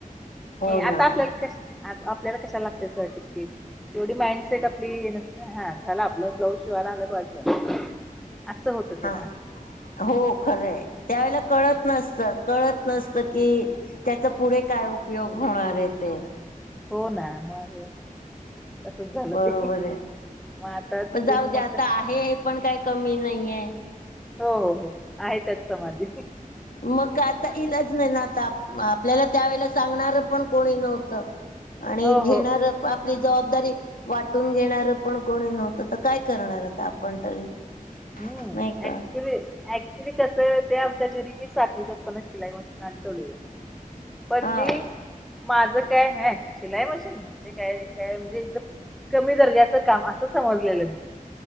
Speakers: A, on the left (about 75°); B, in the centre.
A: हो
B: आता
A: ना
B: आपल्याला कश, आता आपल्याला कशाला लागतंय सर्टिफिकेट. एवढी माईंड सेट आपली, चला आपलं ब्लॉउज शिवायला आलं बसं झालं. असं होतं तेव्हा
A: हा, हो खरं आहे. त्यावेेळेला कळत नस त कळत नसत की, त्याचा पुढे काय उपयोग होणार आहे ते,
B: हो ना! मग तसच झालं
A: बरोबर
B: ते
A: आहे.
B: मग आता
A: पण
B: तिथून
A: जाऊ
B: मग
A: दे आता
B: कस
A: आहे, हे पण काही कमी नाहीये.
B: हो, हो, हो, आहे त्यात समाधी.
A: मग काय आता, इलाज नाही ना आता, आपल्याला त्यावेेळेला सांगणार पण कोणी नव्हतं. आणि
B: हो
A: घेणार
B: हो
A: आपली जबाबदारी वाटून घेणार पण कोणी नव्हतं, तर काय करणार आपण तरी
B: हम्म
A: नाही का.
B: ऍक्च्युली ऍक् ऍक्च्युली कसं, ते आमच्या घरी मी सातवीत असताना शिलाई मशीन आणून ठेवलेलं पण
A: हा
B: मी माझं काय हया शिलाई मशीन म्हणजे काय, काय म्हणजे एकदम कमी दर्जाचं काम असं समजलेलं मी